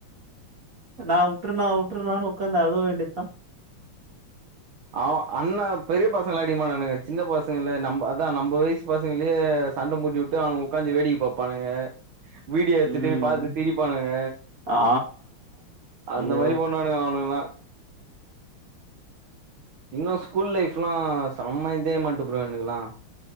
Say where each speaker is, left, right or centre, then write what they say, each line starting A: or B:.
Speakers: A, on the right; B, on the right.
A: நா வுட்ருனா வுட்ருனானு உக்காந்து அழுவ வேண்டித்தா
B: அவ அண்ண பெரிய பசங்கள அடிகமாட்டானுங்க சின்ன பசங்கள நம்ம அதா நம்ப வய்ஸ் பசங்களியே சண்ட மூட்டி வுட்டு அவுனுங்க உக்காந்து வேடிக்க பாப்பானுங்க வீடியோ எத்துட்டு
A: ம்
B: பாத்து சிரிப்பானுங்க
A: ஆ ஐயோ
B: அந்த மாரி பண்ணுவானுங்க அவனுங்லா இன்னு ஸ்கூல் லைஃப்லா செம்ம என்ஜாய்மென்ட்டு ப்ரோ எனக்குலா